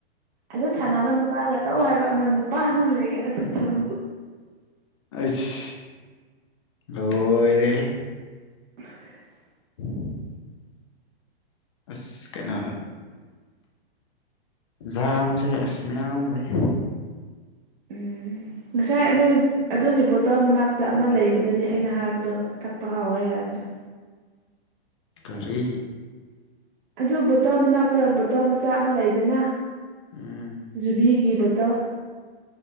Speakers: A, on the right; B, on the left.
A: ꯑꯗꯨ ꯊꯥꯅꯕ ꯅꯨꯄꯥꯒ ꯇꯧ ꯍꯥꯏꯕ ꯑꯃ ꯅꯨꯄꯥ ꯃ ꯂꯩꯌꯦ ꯑꯗꯨꯗꫭ꯫
B: ꯑꯩꯁ ꯂꯣꯏꯔꯦꯍꯦ꯫
A: <inaudible>
B: <unintelligible> ꯑꯁ ꯀꯩꯅꫭ ꯖꯥꯝꯁꯦ ꯑꯁ ꯃꯌꯥꯝ ꯂꯩ꯫
A: ꯎꯝ ꯉꯁꯥꯏ ꯑꯗꯨ ꯑꯗꯨꯒꯤ ꯕꫭꯠ ꯇꯜ ꯃꯅꯥꯛꯇ ꯑꯃ ꯂꯩꯕꯗꯨꯅꯤ ꯑꯩꯅ ꯍꯥꯏꯕꯗꯣ ꯊꯛꯄ ꯍꯥꯎꯋꯦ ꯍꯥꯏꯕꯗꯣ꯫
B: ꯀꯔꯤ꯫
A: ꯑꯗꯨ ꯕꯣꯇꯜ ꯃꯅꯥꯛꯇ ꯕꯣꯇꯜ ꯃꯆꯥ ꯑꯃ ꯂꯩꯗꯅ
B: ꯎꯝ
A: ꯖꯨꯕꯤꯒꯤ ꯕꫭꯠ ꯇꯜ